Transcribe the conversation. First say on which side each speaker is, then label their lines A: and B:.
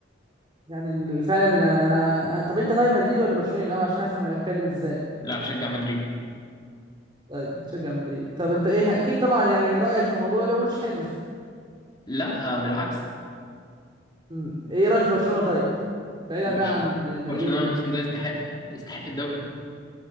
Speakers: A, on the right; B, on the left.
A: يعني ال- فعلا انا انا أنا- طب انت طيب مدريدي ولا برشلوني الاول عشان افهم انا بتكلم ازاي
B: لا بشجع مدريد
A: طيب بتشجع مدريد طب انت ايه اكيد طبعا يعني رايك في الموضوع لو مش حلو
B: لا آه بالعكس
A: <laughs> مم. ايه رايك في برشلونه طيب بعيدا
B: برشلونه
A: بقى عن مدريد
B: برشلونه
A: وكده
B: الموسم ده يستحق يستحق الدوري